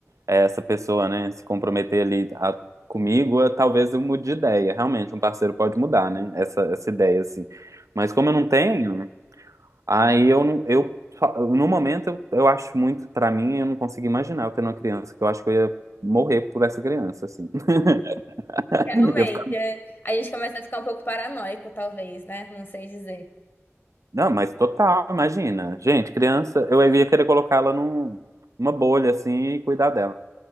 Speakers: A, on the right (about 90°); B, on the left (about 40°).
A: é, essa pessoa, né, se comprometer ali a- comigo, eu- talvez eu mude de ideia. Realmente, um parceiro pode mudar, né, essa, essa ideia, assim. Mas como eu não tenho, aí eu não, eu, fa- no momento, eu, eu acho muito, pra mim, eu não consigo imaginar eu tendo uma criança, que eu acho que eu ia morrer por essa criança, assim. <laughs>
B: Realmente,
A: Eu ia ficar,
B: é. a gente começa a ficar um pouco paranoico, talvez, né? Não sei dizer.
A: não, mas total, imagina. Gente, criança, eu ia querer colocar ela num, numa bolha, assim, e cuidar dela.